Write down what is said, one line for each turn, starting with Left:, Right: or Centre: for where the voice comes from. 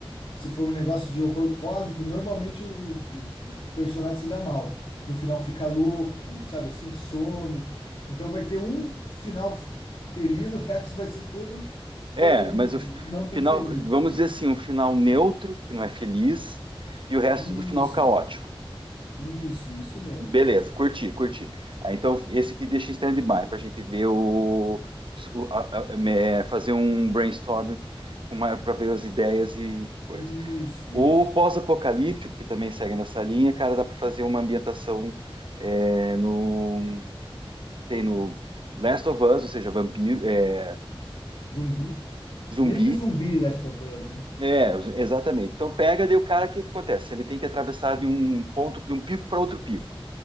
Left: se for um negócio de horror cósmico, normalmente o, o personagem se dá mal. No final fica louco, sabe? Assim, some. Então vai ter um final f- feliz, <laughs> o resto vai ser tudo
Right: É,
Left: coisa não
Right: mas o fi- o
Left: tão
Right: final,
Left: feliz,
Right: vamos
Left: né?
Right: dizer assim, um final neutro, que não é feliz, e o resto
Left: Isso,
Right: do final caótico.
Left: isso, isso mesmo.
Right: Beleza, curti, curti. Ah, então, esse aqui deixa em stand-by para a gente ver o, o- a- a- é, fazer um brainstorm para ver as ideias e coisa.
Left: Isso,
Right: O
Left: isso.
Right: pós-apocalíptico, que também segue nessa linha, cara, dá para fazer uma ambientação é, no, tem no Last of Us, ou seja, vampiro, é,
Left: Zumbi.
Right: zumbi.
Left: Meio que zumbi Last of Us, né?
Right: É, exatamente. Então pega daí o cara, o que que acontece? Ele tem que atravessar de um ponto, de um pico para outro pico.